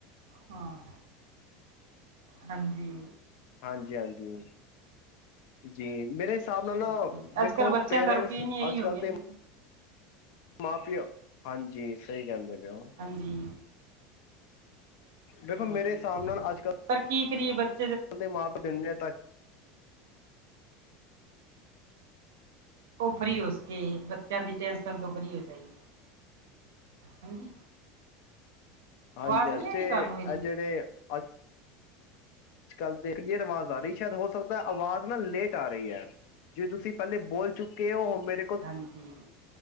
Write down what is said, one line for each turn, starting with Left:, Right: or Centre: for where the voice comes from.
Right: ਹਾਂ, ਹਾਂਜੀ।
Left: ਹਾਂਜੀ-ਹਾਂਜੀ, ਜੀ ਮੇਰੇ ਹਿਸਾਬ ਨਾਲ
Right: ਹਾਂਜੀ
Left: ਨਾ ਦੇਖੋ
Right: ਅੱਜ ਕੱਲ੍ਹ ਬੱਚਿਆਂ
Left: ਪੇਰੈਂਟਸ
Right: ਦਾ ਰੂਟੀਨ ਹੀ ਇਹੀ
Left: ਅੱਜ
Right: ਹੋ
Left: ਕੱਲ
Right: ਗਿਆ
Left: ਦੇ
Right: ਜੀ
Left: ਮਾਂ ਪਿਓ ਹਾਂਜੀ ਸਹੀ ਕਹਿੰਦੇ ਪਏ ਓ।
Right: ਹਾਂਜੀ,
Left: ਦੇਖੋ
Right: ਹਾਂਜੀ
Left: ਮੇਰੇ ਹਿਸਾਬ ਨਾਲ ਅੱਜ ਕੱਲ
Right: ਪਰ ਕੀ ਕਰੀਏ ਬੱਚ
Left: ਦੇ ਮਾਪ ਦਿੰਦੇ ਆ ਤ
Right: ਉਹ ਫਰੀ ਹੋ ਸਕੇ ਬੱਚਿਆਂ ਦੀ ਟੈਨਸਸ਼ਨ ਤੋਂ ਫਰੀ ਹੋ ਜਾਏ। ਹਾਂਜੀ,
Left: ਹਾਂਜੀ-ਹਾਂਜੀ
Right: ਆਵਾਜ਼ ਨਹੀਂ ਆ
Left: ਤੇ
Right: ਰਹੀ ਤੁਹਾਨੂੰ
Left: ਇਹ
Right: ਮੇਰੀ
Left: ਜਿਹੜੇ ਅ ਜ ਕੱਲ ਦੇ ਕਲੀਅਰ ਆਵਾਜ਼ ਆ ਰੀ ਸ਼ਾਇਦ ਹੋ ਸਕਦਾ ਆਵਾਜ਼ ਨਾ ਲੇਟ ਆ ਰਹੀ ਐ। ਜੇ ਤੁਸੀਂ ਪਹਿਲੇ ਬੋਲ ਚੁੱਕੇ ਹੋ ਉਹ ਮੇਰੇ
Right: ਹਾਂਜੀ,